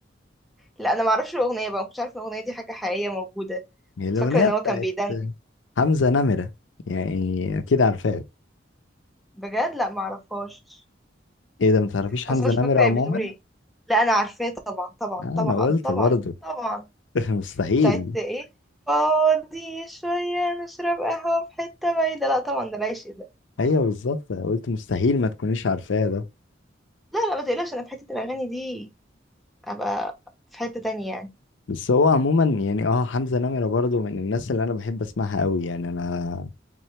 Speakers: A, in the centre; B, on the left (about 75°).
A: لا انا ما اعرفش الاغنيه بقى ما كنتش عارف ان الاغنيه دي حاجه حقيقيه موجوده
B: هي الاغنية
A: كنت فاكره ان
B: بتاعت
A: هو كان بيدندن
B: حمزة نمرة يعني اكيد عارفاها
A: بجد لا ما اعرفهاش
B: ايه ده ما تعرفيش حمزة
A: اصلا مش
B: نمرة
A: فاكره
B: عموما
A: هي بتقول ايه لا انا عارفاه طبعا طبعا
B: آه،
A: طبعا
B: انا قلت
A: طبعا
B: برضو
A: طبعا
B: <laughs> مستحيل
A: بتاعت ايه فاضي شويه نشرب قهوه في حته بعيده لا طبعا ده العيش ده
B: ايوه بالظبط أنا قلت مستحيل ما تكونيش عارفاه ده
A: لا لا ما تقلقش انا في حته الاغاني دي ابقى في حته تانية يعني
B: بس هو عموما يعني اه حمزة نمرة برضه من الناس اللي انا بحب اسمعها قوي يعني انا